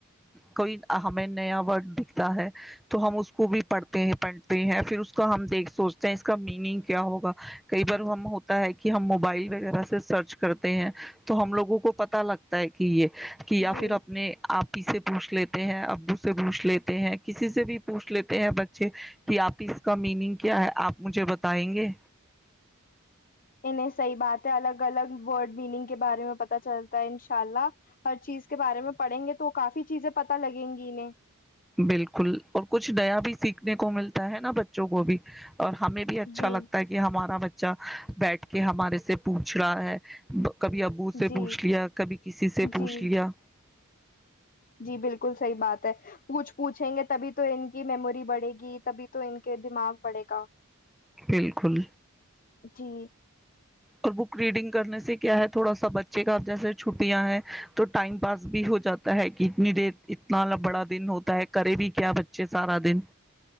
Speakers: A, in the centre; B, on the left.
A: کوئی ہمیں نیا ورڈ دکھتا ہے تو ہم اس کو بھی پڑھتے ہیں پڑھتے ہیں پھر اس کا ہم دیکھ سوچتے ہیں اس کا میننگ کیا ہوگا کئی بار ہم ہوتا ہے کہ ہم موبائل وغیرہ سے سرچ کرتے ہیں تو ہم لوگوں کو پتا لگتا ہے کہ یہ کہ یا
B: جی
A: پھر اپنے آپ سے پوچھ لیتے ہیں ابو سے پوچھ لیتے ہیں کسی سے بھی پوچھ لیتے ہیں بچے کہ آپ کی اس کا میننگ کیا ہے آپ مجھے بتائیں گے
B: انہیں صحیح بات ہے الگ الگ ورڈ میننگ کے بارے میں پتا چلتا ہے ان شاء اللہ ہر چیز کے بارے میں پڑھیں گے تو کافی چیزیں پتتا لگیں گی انہیں
A: بالکل اور کچھ نیا بھی سیکھنے کو ملتا ہے نا بچوں کو بھی اور ہمیں بھی اچھا
B: جی
A: لگتا ہے کہ ہمارا بچہ بیٹھ کے ہمارے سے پوچھ رہا ہے کبھی ابو سے
B: جی
A: پوچھ لیا کبھی کسی سے پوچھ
B: جی
A: لیا
B: جی بالکل صحیح بات ہے پوچھ پوچھیں گے تبھی تو ان کی میموری بڑھے گی تبھی تو ان کے دماغ بڑھے گا
A: بالکل
B: جی
A: اور بک ریڈنگ کرنے سے کیا ہے تھوڑا سا بچے کا جیسے چھٹیاں ہیں تو ٹائم پاس بھی ہو جاتا ہے کہ اتنی دیر اتنا بڑا دن ہوتا ہے کرے بھی کیا بچے سارا دن